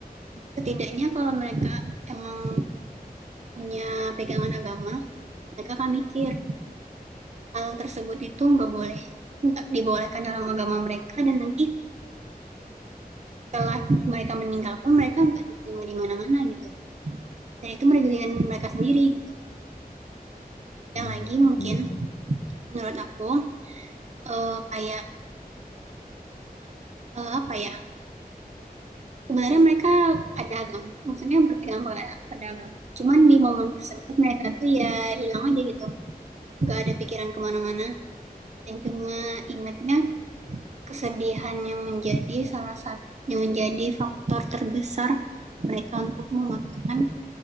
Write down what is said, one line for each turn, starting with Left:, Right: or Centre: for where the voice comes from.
Right: setidaknya kalau mereka emang punya pegangan agama, mereka akan mikir hal tersebut itu nggak boleh, nggak dibolehkan dalam agama mereka dan nanti setelah mereka meninggal pun mereka nggak diterima di mana-mana gitu. Dan itu merugikan mereka sendiri gitu. Dan
Left: hmm,
Right: lagi mungkin
Left: iya, iya.
Right: menurut aku eh, kayak eh, apa ya? Sebenarnya mereka ada agama, maksudnya berpegang pada, pada agama. Cuman di momen tersebut mereka tuh ya hilang aja gitu, nggak ada pikiran kemana-mana dan cuma ingatnya kesedihan yang menjadi salah satu yang menjadi faktor terbesar mereka untuk memutuskan